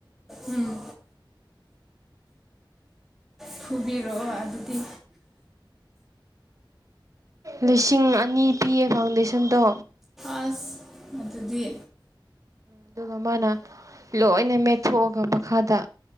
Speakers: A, in the centre; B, on the right.
A: ꯎꯝ ꯐꯨꯕꯤꯔꯛꯑꯣ ꯑꯗꯨꯗꯤ
B: ꯂꯤꯁꯤꯡ ꯑꯅꯤ ꯄꯤꯌꯦ ꯐꯥꯎꯟꯗꯦꯁꯟꯗꯣ
A: ꯑꯁ ꯃꯗꯨꯗꯤ
B: ꯑꯗꯨꯒ ꯃꯥꯅ ꯂꯣꯏꯅ ꯃꯦꯠꯊꯣꯛꯑꯒ ꯃꯈꯥꯗ